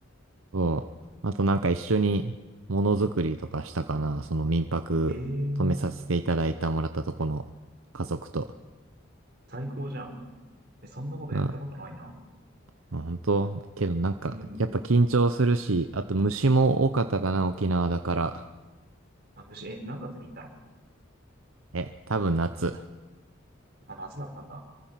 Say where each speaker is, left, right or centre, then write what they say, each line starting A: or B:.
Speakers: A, on the right; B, on the right.
A: そう。あとなんか一緒にものづくりとかしたかな。その民泊泊めさせていただいたもらったとこの家族と。
B: ええ、最高じゃん。え、そんなことやったことないな。
A: うん。まあ本当けどなんか、
B: うん。
A: やっぱ緊張するし、あと虫も多かったかな、沖縄だから。
B: あ、むし、え、何月に行ったの
A: え、多分夏。
B: あ、夏だったんだ。